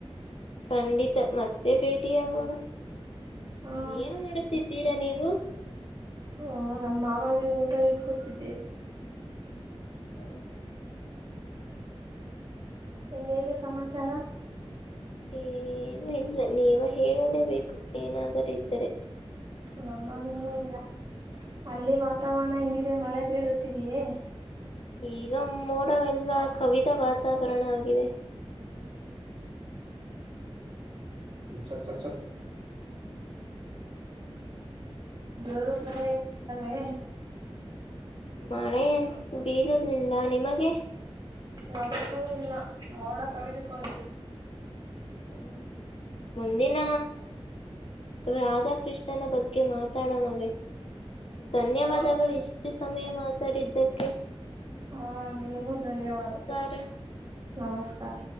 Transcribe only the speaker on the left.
ಕಂಡಿತ ಮತ್ತೆ ಪೇಟಿಯಾಗೋಣ
ಏನು ಮಾಡುತ್ತಿದ್ದೀರಾ ನೀವು
ಹ
ಏನು ಇಲ್ಲ ನೀವ ಹೇಳಲೇಬೇಕು ಏನಾದರೂ ಇದ್ದರೆ
ಈಗ ಮೋಡವೆಲ್ಲ ಕವಿದ ವಾತಾವರಣ ಆಗಿದೆ
ಮಳೆ ಎಂ ಬೀಳುದಿಲ್ಲ ನಿಮಗೆ
ಹ್ಮ್ ಮುಂದಿನ ರಾಧಾಕೃಷ್ಣನ ಬಗ್ಗೆ ಮಾತಾಡೋಣವೇ ಧನ್ಯವಾದಗಳು
ಇಷ್ಟು ಸಮಯ ಮಾತಾಡಿದ್ದಕ್ಕೆ
ನಮಸ್ಕಾರ